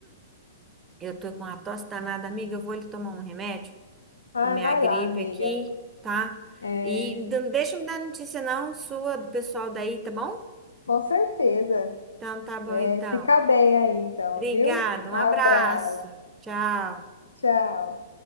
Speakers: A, on the right; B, on the left.
A: Eu tô com a tosse danada, amiga. Eu vou lhe tomar um remédio
B: Ah,
A: para minha
B: vai
A: gripe
B: lá, amiga.
A: aqui, tá?
B: É,
A: E não deixa me dar notícia não sua, do pessoal daí, tá bom?
B: com certeza.
A: Então tá bom
B: É,
A: então.
B: fica bem aí, então,
A: Obrigada,
B: viu?
A: um
B: Abraço.
A: abraço. Tchau.
B: Tchau.